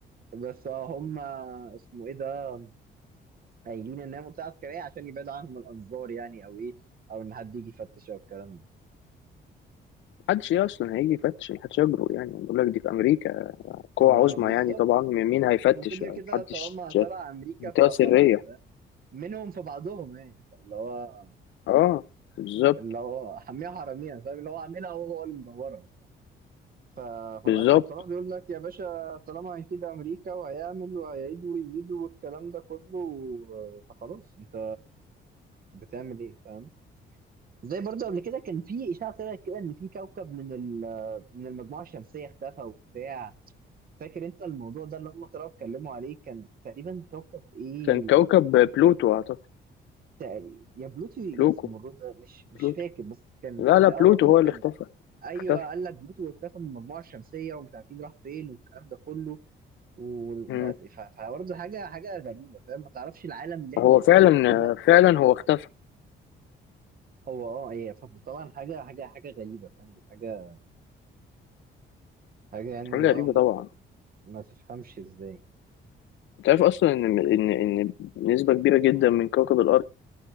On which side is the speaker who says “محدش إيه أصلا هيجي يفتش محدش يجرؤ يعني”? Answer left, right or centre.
Left